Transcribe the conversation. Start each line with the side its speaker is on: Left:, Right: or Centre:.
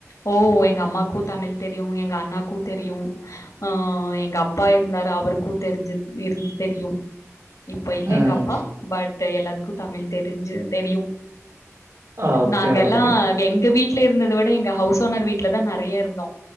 Left: ஓ எங்க அம்மாக்கு தமிழ் தெரியு எங்க அண்ணாக்கு தெரியு ஆ எங்க அப்பா இருந்தாரு அவருக்கு தெரிஞ்சு இரு தெரியு இப்போ இல்ல
Right: ம்.
Left: எங்க அப்பா பட் எல்லாத்துக்கு தமிழ் தெரிஞ்சு தெரியு
Right: ஓகே,
Left: நாங்கல்லா
Right: ஓகே.
Left: எங்க வீட்டுல இருந்தத விட எங்க ஹவுஸ் ஓனர் வீட்டுலதா நெறைய இருந்தோ